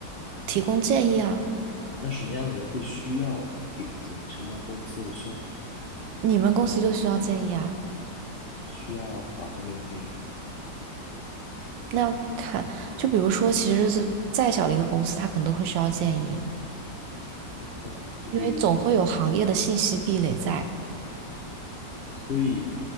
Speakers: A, on the right; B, on the left.
A: 提供建议啊。
B: 那什么样的人会需要提供建议？什么样的公司会需要提供建议？
A: 你们公司就需要建议啊？
B: 需要哪方面的建议？
A: 那要看，就比如说，其实是再小的一个公司，它可能都会需要建议，
B: 嗯，就比如说，
A: 因为总会有行业的信息壁垒在。
B: 所以